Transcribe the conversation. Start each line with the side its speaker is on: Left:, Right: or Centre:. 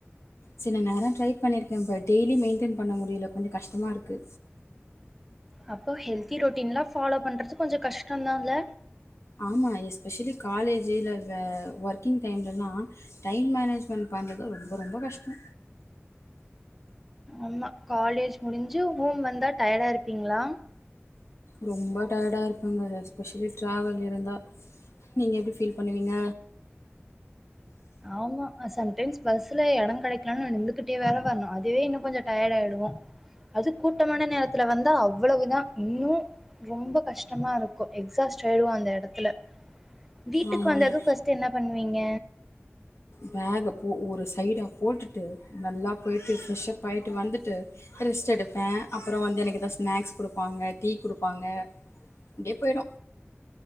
Left: சில நேரோ டிரை பண்ணிருக்கே பட் டெய்லி மெயின்டென் பண்ண முடிய்ல கொஞ்ச கஷ்டமா இருக்கு
Centre: அப்போ ஹெல்தி ரொட்டின்லா ஃபாலோ பண்றது கொஞ்ச கஷ்டந்தா இல்ல
Left: ஆமா எஸ்பெஷலி காலேஜ் இல்ல வே ஒர்க்கிங் டைம்லலா டைம் மேனேஜ்மெண்ட் பண்றது ரொம்ப ரொம்ப கஷ்டோ
Centre: ஆமா காலேஜ் முடிஞ்சு ஹோம் வந்தா டயர்டா இருப்பீங்ளா
Left: ரொம்ப டயடா இருப்பங்க எஸ்பெஷலி டிராவல் இருந்தா நீங்க எப்டி ஃபீல் பண்ணுவீங்க
Centre: ஆமா சம்டைம்ஸ் பஸ்ல எடோ கெடைக்கலனா நா நின்னுகிட்டே வேற வர்ணு அதுவே இன்னு கொஞ்ச டயடாய்டுவோ அது கூட்டமான நேரத்துல வந்தா அவ்வளவுதா இன்னு ரொம்ப கஷ்டமா இருக்கு எக்ஸாஸ்ட்டாய்டுவோ அந்த எடத்துல வீட்டுக்கு
Left: ஆமாங்க.
Centre: வந்தது ஃபஸ்ட்டு என்னா பண்ணுவீங்க
Left: பேக போ ஒரு சைடாக போட்டுட்டு நல்லா போயிட்டு ஃப்ரெஷ்ப்பாய்ட்டு வந்துட்டு ரெஸ்ட் எடுப்பே அப்றோ வந்து எனக்கு எதா ஸ்நாக்ஸ் குடுப்பாங்க டீ குடுப்பாங்க அப்டியே போய்டு